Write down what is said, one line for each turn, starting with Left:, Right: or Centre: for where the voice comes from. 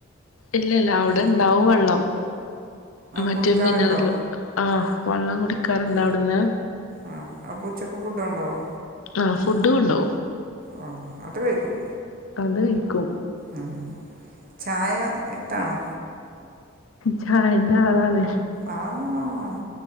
Left: ഇല്ല ഇല്ല അവിടെ ഇണ്ടാവും വെള്ളം. മറ്റേ
Right: കുടിക്കാറുണ്ടോ
Left: മിനറൽ ആഹ് വെള്ളം കുടിക്കാറുണ്ട് അവിടുന്ന്.
Right: ആഹ് അപ്പ ഉച്ചക്ക് ഫുഡ്ഡ് കൊണ്ടുപോവോ?
Left: ആഹ് ഫുഡ്ഡ് കൊണ്ട് പോവും
Right: ആ അത് കഴിക്കും
Left: അത് കഴിക്കും.
Right: ഉം ചായ എത്താണോ?
Left: ചായേന്റെആളാണ്.
Right: ആഹ്